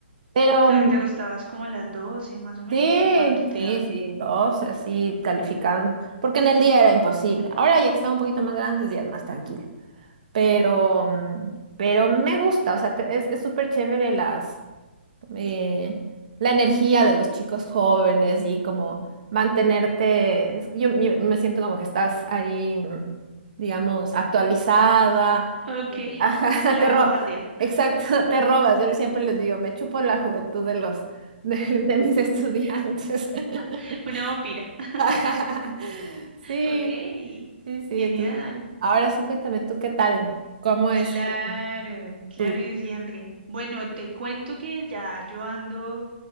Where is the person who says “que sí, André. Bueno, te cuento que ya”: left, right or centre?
Right